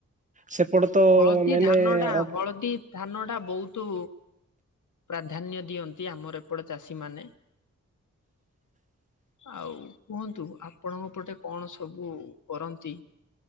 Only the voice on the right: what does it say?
ସେପଟ ତ
ମାନେ
ଅ
<inaudible>